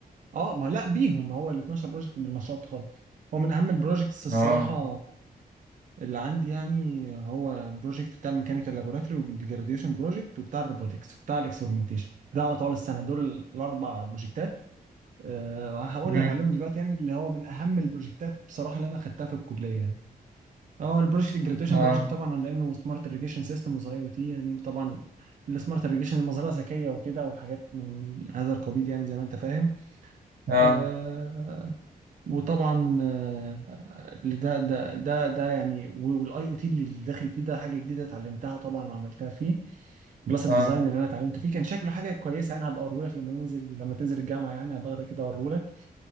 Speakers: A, on the right; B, on the right.
A: اه ما لا بيهم ما هو ال 12 بروجكت بالمشروع التخرج هو من اهم البروجكتس الصراحه
B: اه
A: اللي عندي يعني هو بروجكت بتاع الميكانيكال لابوراتوري والجراديويشن بروجكت وبتاع الروبوتكس وبتاع الاكسبرمنتيشن ده على طول السنه دول الاربع بروجكتات أه هقول
B: مم.
A: لك عليهم دلوقتي يعني اللي هو من اهم البروجكتات بصراحه اللي انا خدتها في الكليه يعني اه البروجكت الجراديويشن
B: اه
A: بروجكت طبعا لانه سمارت irrigation سيستمز اي او تي يعني طبعا السمارت irrigation المزرعه ذكيه وكده وحاجات من هذا القبيل يعني زي ما انت فاهم
B: اه
A: آه، وطبعا آه، ده ده ده ده يعني والاي او تي اللي داخل فيه ده حاجه جديده اتعلمتها طبعا وعملتها فيه جلاسك
B: اه
A: ديزاين اللي انا اتعلمت فيه كان شكله حاجه كويسه انا هبقى اوريهولك لما ننزل لما تنزل الجامعه يعني هبقى اخدك كده اوريهولك